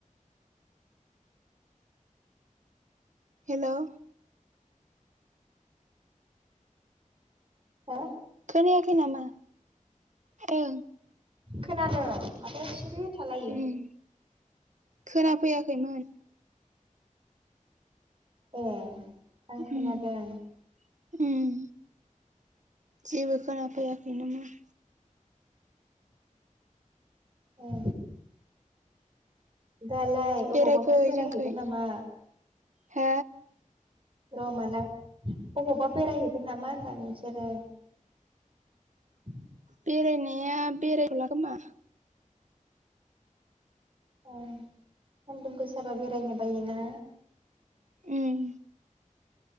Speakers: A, on the right; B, on the right.
A: हेल'
B: हो?
A: खोनायाखै नामा ओ?
B: खोनादों माथो सिरि? थालायो
A: उम खोनाफैयाखैमोन।
B: ए आं
A: उम
B: खोनादों।
A: उम जेबो खोनाफैयाखै नोमोन।
B: औ। दालाय
A: बेरायफै
B: अबावबाफोर बेराय
A: जोंखै
B: हैैगोन नामा?
A: हो?
B: र मालाय अबावबा बेरायहैगोन नामा होनदां नोंसोरो? <inaudible>
A: बेरायनाया बेरायथ'लाखोमा।
B: ए सान्दुं गोसाबा बेरायनो बायोना।
A: उम।